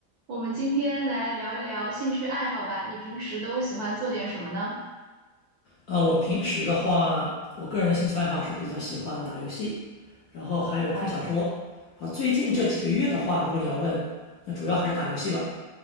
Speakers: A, on the right; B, on the left.
A: 我们今天来聊一聊兴趣爱好吧。你平时都喜欢做点什么呢？
B: 呃，我平时的话，我个人的兴趣爱好是比较喜欢打游戏，然后还有看小说。
A: 哦，
B: 然后最近这几个月的话，如果你要问，那主要还是打游戏吧。